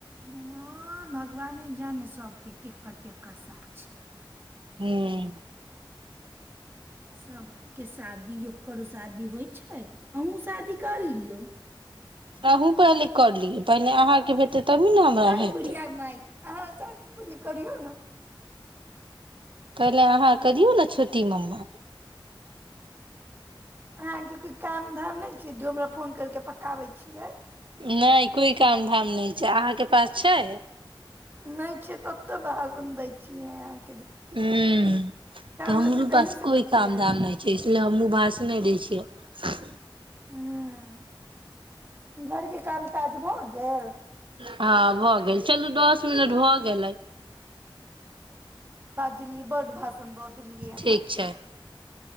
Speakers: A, on the right; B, on the right.
A: हँ भगवाने जाने सबके केकर केकर साथ छै
B: हूँ
A: सबके शादी ओकर शादी होइ छै अहूँ शादी कर लियौ
B: अन्हु पहिले कर लिये पहिले अहाँ के हेतै तभी न हमरा
A: हय
B: हेतै
A: बुढ़िया माय अहाँ शादी पहिले करियौ ने
B: पहिले अहाँ करियौ ने छोटी मम्मा
A: अहाँके कोइ काम धाम नहि छै जे हमरा फोन करके पकाबै छियै
B: नहि कोई काम धाम नहि छै अहाँके पास छै
A: नहि छै ओत्ते भाषण दै छियैहं
B: हूँ तऽ हमरो
A: रहतै
B: पास
A: अहीं से
B: कोइ
A: बतियेब
B: काम धाम नहि छै इसलिए हमहूँ भास नहि दै छियै
A: हूँ घरके काम काज भ गेल
B: हँ भ- -गेल चलू दस मिनट भऽ गेलै
A: दीदी बड्ड भाषा- -ण दऽ देलियै अहाँ
B: ठीक छै